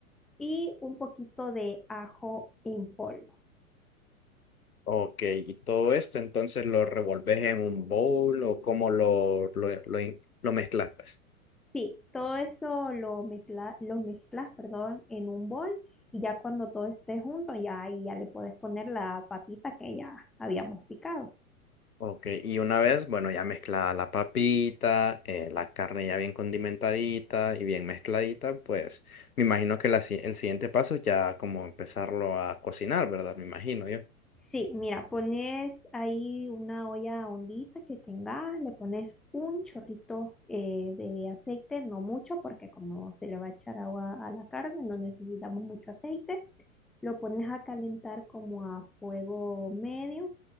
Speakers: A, in the centre; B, on the left (about 80°).
A: y un poquito de ajo en polvo.
B: Ok, y todo esto entonces lo revolves en un bowl o cómo lo, lo, lo in- lo mezclas, pues?
A: Sí, todo eso lo mezcla, lo mezclas, perdón, en un bol y ya cuando todo esté junto, ya ahí ya le puedes poner la papita que ya habíamos picado.
B: Ok, y una vez, bueno, ya mezclada la papita, eh, la carne ya bien condimentadita y bien mezcladita, pues me imagino que la si- el siguiente paso ya como empezarlo a cocinar, ¿verdad? Me imagino yo.
A: Sí, mira, pones ahí una olla hondita que tengas, le pones un chorrito eh, de aceite, no mucho, porque como se le va a echar agua a la carne, no necesitamos mucho aceite. Lo pones a calentar como a fuego medio